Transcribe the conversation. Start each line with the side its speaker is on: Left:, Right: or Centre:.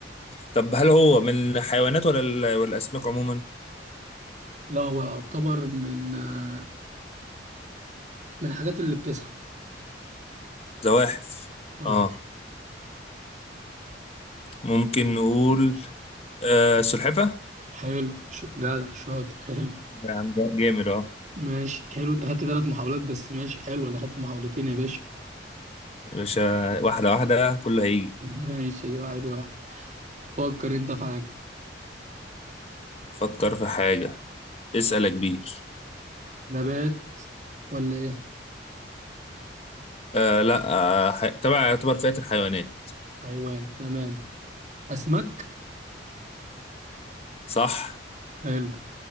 Left: طب هل هو من الحيوانات ولا ال- ولا الاسماك عموما
Right: لا هو يعتبر من آه من الحاجات اللي بتزحف
Left: زواحف
Right: اه
Left: اه ممكن نقول آه سلحفه
Right: حلو ش... جدع شاطر حلو
Left: يا عم جا- جامد اه
Right: ماشي حلو انت خدت ثلاث محاولات بس ماشي حلو انا خدت محاولتين يا باشا
Left: يا باشا واحده واحده كله هيجي
Right: <laughs> ماشي ادي واحد واحد فكر انت في حاجة
Left: افكر في حاجه اسال يا كبير
Right: نبات ولا ايه
Left: آه لا آه ح- تبع يعتبر فئه الحيوانات
Right: حيوان تمام اسماك
Left: صح
Right: حلو